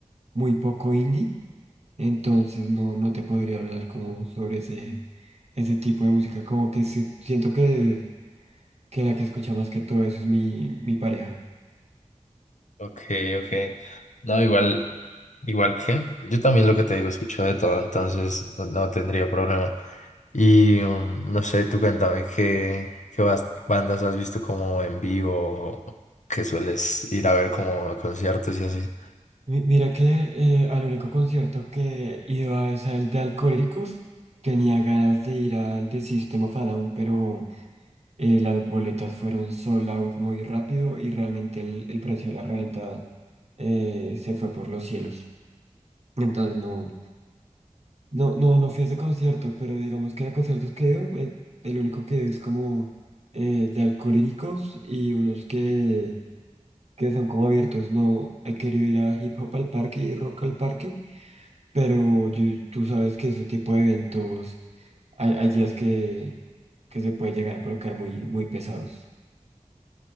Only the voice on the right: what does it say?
muy poco indie, entonces no, no te podría hablar como sobre ese, ese tipo de música, como que se- siento que, que la que escucha más que todo eso es mi, mi pareja.
Mi- Mira que eh, al único concierto que he ido a es al de Alcohólicos. Tenía ganas de ir al de System of a Down, pero eh, las boletas fueron sold out muy rápido y realmente el, el precio de la reventa eh, se fue por los cielos. Entonces no, no, no, no fui a ese concierto, pero digamos que de conciertos que he ido, eh, el único que he ido es como eh, de Alcohólicos y unos que, que son como abiertos. No he querido ir a Hip Hop al Parque y Rock al Parque Pero yo- tú sabes que ese tipo de eventos, hay, hay días que, que se puede llegar a colocar muy, muy pesados.